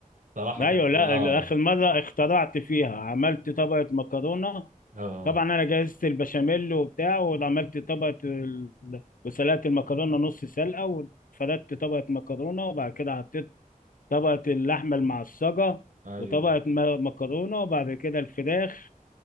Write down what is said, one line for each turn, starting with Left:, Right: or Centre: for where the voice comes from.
Right: صراحه
Left: ايوه
Right: كانت
Left: لا
Right: اه
Left: اخر مره اخترعت فيها عملت طبقه مكرونه
Right: اه
Left: طبعا انا جهزت البشاميل وبتاع وعملت طبقه ال... وسلقت المكرونه نص سلقه وفردت طبقه مكرونه وبعد كده حطيت طبقه اللحمه المعصجه
Right: ايوه
Left: وطبقه م- مكرونه وبعد كده الفراخ